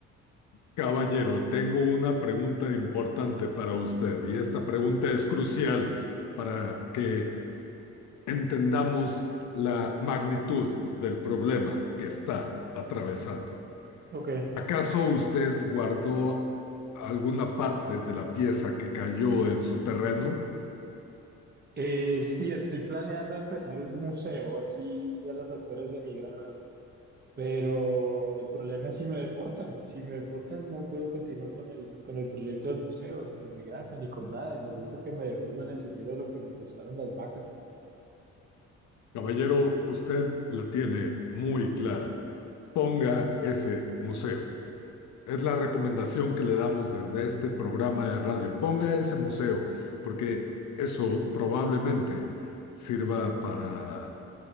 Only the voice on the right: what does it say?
Ok.
Eh, sí, estoy planeando empezar un museo aquí a las afueras de mi granja. Pero el problema es si me deportan. Si me deportan, no puedo continuar con el, con el proyecto del museo, ni con mi granja, ni con nada. Y necesito que me devuelvan el dinero de lo que me costaron las vacas.